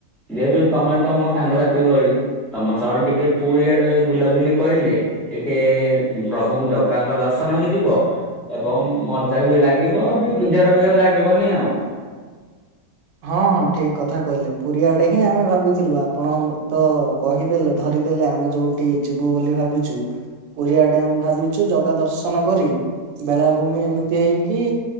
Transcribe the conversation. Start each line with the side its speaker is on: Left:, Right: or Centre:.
Centre: ଯେହେତୁ ତମେ ତ ମୋ ସାଙ୍ଗସାଥି ଭଳି ତମ ସହ ଟିକେ ପୁରୀ ଆଡେ ବୁଲାବୁଲି କରିଲେ ଟିକେ ଉଁ ପ୍ରଭୁଙ୍କୁ ଜଗାଙ୍କ ଦର୍ଶନ ହେଇଯିବ। ଏବମ୍ ମଜା ବି ଲାଗିବ ଆଉ ଯୋଉ ବିଜାର ବି ଆଉ ଲାଗିବନି ଆଉ।
Right: ହଁ ହଁ ଠିକ୍ କଥା କହିଲେ ପୁରୀ ଆଡେ ହିଁ ଆମେ ଭାବିଥିଲୁ ଆପଣ ମୁଁ ତ କହିଦେଲେ ଧରିଦେଲେ ଆମେ ଯୋଉଠିକି ଯିବୁ ବୋଲି ଭାବିଚୁ। ପୁରୀ ଆଡେ ଆମେ ଭାବିଛୁ ଜଗା ଦର୍ଶନ କରି ବେଳାଭୂମି ଏମିତି ହେଇକି